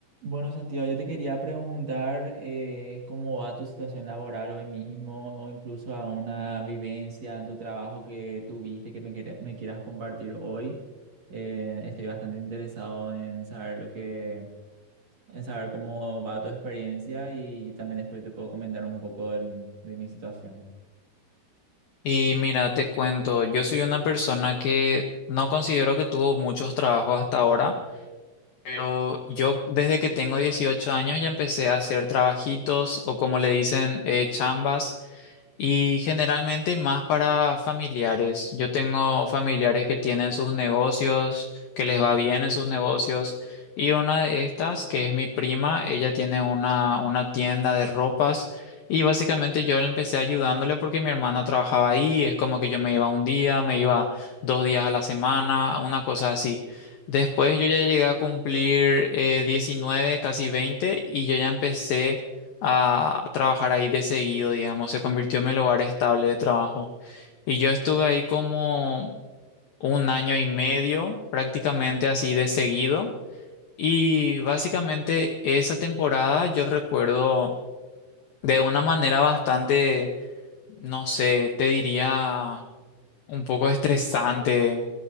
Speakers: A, on the right (about 50°); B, on the left (about 75°).
A: Bueno, Santiago, yo te quería preguntar eh, cómo va tu situación laboral hoy mismo o incluso a una vivencia en tu trabajo que tuviste que me, quiera- me quieras compartir hoy. Eh, estoy bastante interesado en saber lo que, en saber cómo va tu experiencia y también después te puedo comentar un poco de, de mi situación.
B: Y mira, te cuento, yo soy una persona que no considero que tuvo muchos trabajos hasta ahora, pero yo desde que tengo 18 años ya empecé a hacer trabajitos o como le dicen, eh, chambas. Y generalmente más para familiares. Yo tengo familiares que tienen sus negocios, que les va bien en sus negocios. Y una de estas, que es mi prima, ella tiene una, una tienda de ropas. Y básicamente yo le empecé ayudándole porque mi hermana trabajaba ahí. Es como que yo me iba un día, me iba dos días a la semana, una cosa así. Después yo ya llegué a cumplir eh, 19, casi 20 y yo ya empecé a trabajar ahí de seguido, digamos, se convirtió en mi lugar estable de trabajo. Y yo estuve ahí como un año y medio, prácticamente así de seguido. Y básicamente esa temporada yo recuerdo de una manera bastante, no sé, te diría un poco estresante.